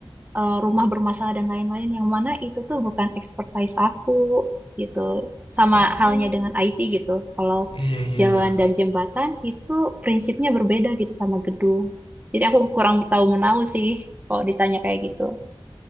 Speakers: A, on the right (about 20°); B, on the left (about 75°).
A: eh, rumah bermasalah dan lain-lain yang mana itu tuh bukan expertise aku gitu. Sama
B: oh,
A: halnya dengan IT gitu. Kalau
B: iya iya
A: jalan
B: iya.
A: dan jembatan itu prinsipnya berbeda gitu sama gedung. Jadi aku kurang tahu menahu sih kalau ditanya kayak gitu.